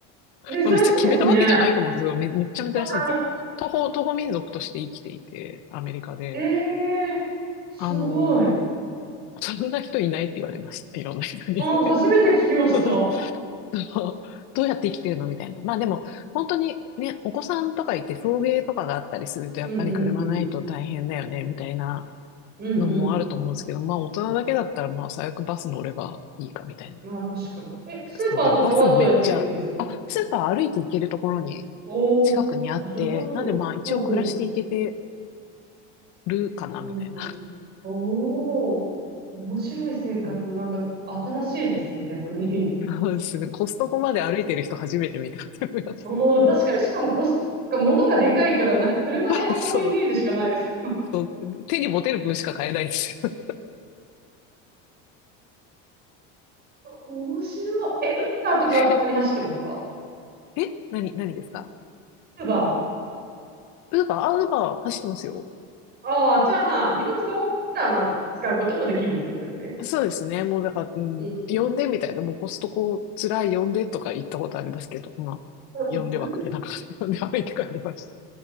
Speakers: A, on the left; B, on the right.
A: <laughs>
B: 珍しいですね。
A: 別に決めたわけじゃないと思うんですけど、め、めっちゃ珍しいんですよ。
B: <laughs>
A: 徒歩、徒歩民族として生きていて、アメリカで。
B: ええー、すごい。
A: あの、そんな人いないって言われました。いろんな人に。
B: あー、初めて聞きました。
A: <laughs> <laughs> そうどうやって生きてるのみたいな。まあでも、本当にね、お子さんとかいて送迎とかがあったりすると、
B: うんうんうん。
A: やっぱり車ないと大変だよね、みたいな
B: うんうん。
A: のもあると思うんですけど、まあ大人だけだったら、まあ最悪バス乗ればいいか、みたいな。
B: まあ確かに。え、スーパーとかはどうやって行くんですか
A: そう、でもバスもめっちゃ、あ、スーパー歩いて行けるところに
B: おおー。
A: 近くにあって、
B: なるほど。
A: なんでまあ一応暮らしていけて
B: ほうほ
A: るかな、
B: う。
A: みたいな。
B: うんうん。おー、面白い生活、
A: そう
B: なんか新しいです、逆に。
A: そうですね。コストコまで歩いてる人初めて見たって思いまし
B: おお、確かに、しかもコスト、なんか物がでかいから、なんか車で運ぶイメージしかないです。
A: た。<laughs> そう、そう、手に持てる分しか買えないですよ
B: 面白い。え、ウーバーとかは普通に走ってますか
A: ね。え何、何ですか
B: ウーバ
A: ウーバー、あ、ウーバー走ってますよ。
B: ーああ、じゃあまあ、荷物が多かったら、まあ、使うこともできるってことですね。
A: そうですね。もうだから、うん、
B: うんう
A: 呼んでみたいな、もうコストコ辛い呼んでとか言ったことありますけど、まあ、
B: んうん
A: 呼んではくれなかった。<laughs> 呼んで歩いて帰りまし